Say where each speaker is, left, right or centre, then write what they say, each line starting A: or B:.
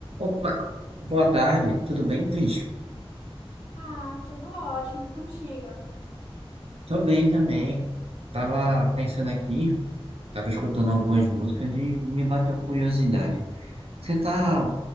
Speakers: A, on the right; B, on the left.
A: Opa, boa tarde, tudo bem, Cris?
B: Ah, tudo ótimo contigo.
A: Tô bem também. Tava pensando aqui, tava escutando algumas músicas e me bateu curiosidade. Você tá,